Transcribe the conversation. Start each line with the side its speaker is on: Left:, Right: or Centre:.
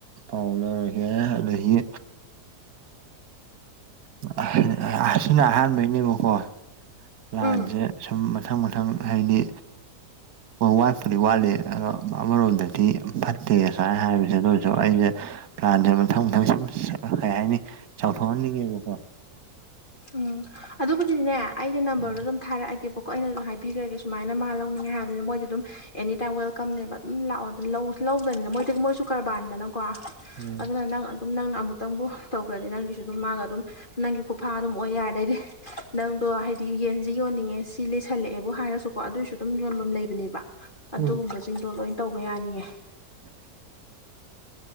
Right: ꯄꯥꯎ ꯂꯧꯔꯒꯦ ꯑꯗꯒꯤ <unintelligible> ꯑꯁꯤꯅ ꯑꯍꯥꯟꯕꯩꯅꯦꯕꯀꯣ ꯂꯥꯟꯁꯦ
Left: ꯎꯝ
Right: ꯁꯨꯝ ꯃꯊꯪ ꯃꯊꯪ ꯍꯥꯏꯗꯤ ꯋꯥꯠꯄꯨꯗꯤ ꯋꯥꯠꯂꯤ ꯑꯗꯣ ꯑꯃꯔꯣꯝꯗꯗꯤ ꯐꯠ <unintelligible> ꯍꯥꯏꯕꯖꯦ ꯑꯗꯨꯏꯖꯨ ꯑꯩꯖꯦ ꯄ꯭ꯂꯥꯟꯖꯦ ꯃꯊꯪ ꯃꯊꯪ ꯁꯨꯝ ꯀꯩ ꯍꯥꯏꯅꯤ ꯆꯥꯎꯊꯣꯛꯍꯟ ꯉꯦꯕꯀꯣ
Left: ꯎꯝ ꯑꯗꯨꯕꯨꯗꯤꯗꯤꯅꯦ ꯑꯩꯩꯅ ꯅꯝꯕꯔꯗꯣ
Right: ꯎꯝ
Left: ꯑꯗꯨꯝ ꯊꯥꯔꯛꯑꯒꯦꯕ ꯀꯣ ꯑꯩꯅꯁꯨ ꯍꯥꯏꯕꯤꯈ꯭ꯔꯒꯦ ꯁꯨꯃꯥꯏꯅ ꯃꯥ ꯂꯧꯅꯤꯡꯉꯦ ꯍꯥꯏꯕꯅꯤ ꯃꯣꯏꯁꯦ ꯑꯗꯨꯝ ꯑꯦꯅꯤ ꯇꯥꯏꯝ ꯋꯦꯜꯀꯝꯅꯦꯕ ꯑꯗꯨꯝ ꯂꯥꯛꯑꯣ ꯂꯧꯗꯅꯦ ꯃꯣꯏꯗꯤ ꯃꯣꯏꯁꯨ ꯀꯔꯕꯥꯥꯔꯅꯦꯗꯅ ꯀꯣ
Right: ꯎꯝ
Left: ꯑꯗꯨꯅ ꯅꯪ ꯑꯗꯨꯝ ꯅꯪꯅ ꯑꯃꯨꯛꯇꯪꯕꯨ ꯇꯧꯈ꯭ꯔꯗꯤ ꯅꯪꯒꯤꯁꯨ ꯑꯗꯨꯝ ꯃꯥꯒ ꯑꯗꯨꯝ ꯅꯪꯒꯤ ꯐꯥ ꯑꯗꯨꯝ ꯑꯣꯏ ꯌꯥꯔꯦ ꯑꯗꯩꯗꯤ ꯅꯪ ꯑꯗꯣ ꯍꯥꯏꯗꯤ ꯌꯦꯟꯖꯤ ꯌꯣꯟꯅꯤꯡꯉꯦ ꯁꯤ ꯂꯩꯁꯜꯂꯛꯑꯦꯕꯨ ꯍꯥꯏꯔꯁꯨꯀꯣ ꯑꯗꯨꯏꯁꯨ ꯑꯗꯨꯝ ꯌꯣꯟꯕꯝ ꯂꯩꯕꯅꯦꯕ ꯑꯗꯨꯒꯨꯝꯕꯁꯤꯡꯗꯣ
Right: ꯎꯝ
Left: ꯂꯣꯏ ꯇꯧꯕ ꯌꯥꯅꯤꯌꯦ
Right: <inaudible>